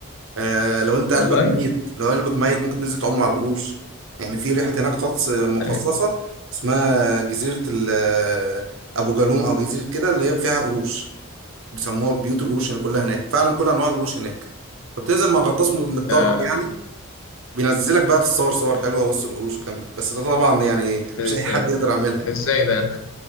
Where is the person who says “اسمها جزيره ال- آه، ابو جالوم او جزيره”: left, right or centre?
Right